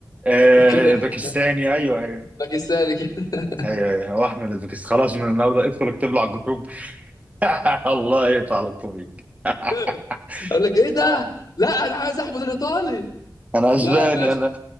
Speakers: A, on the right; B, on the left.
A: آه
B: كده
A: باكستاني ايوه ايوه
B: باكستاني كده
A: ايوه ايوه هو احمد الباكستاني خلاص من النهارده ادخل اكتب له على الجروب <laughs> الله يقطع لك طريق <laughs>
B: <laughs> اقول لك ايه ده
A: آه.
B: لا انا عايز احمد الايطالي
A: انا اسباني
B: لا يا باشا
A: انا